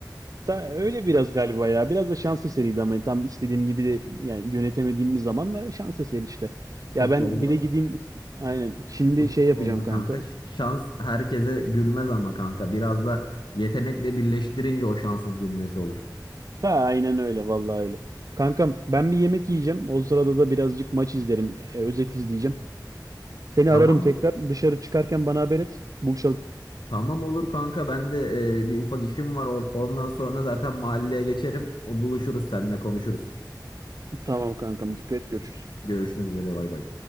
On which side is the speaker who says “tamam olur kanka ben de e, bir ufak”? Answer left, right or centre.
Left